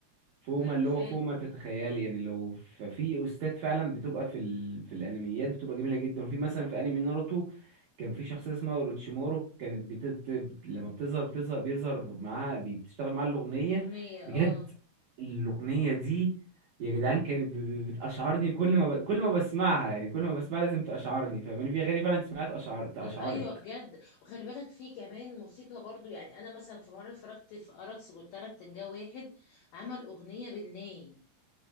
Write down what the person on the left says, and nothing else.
لا
حلو
اغنيه
اه
ايوه بجد وخلي بالك في كمان موسيقى برضو يعني انا مثلا في مره اتفرجت في ارابس قلت لك تنجا واحد عمل اغنيه بالناي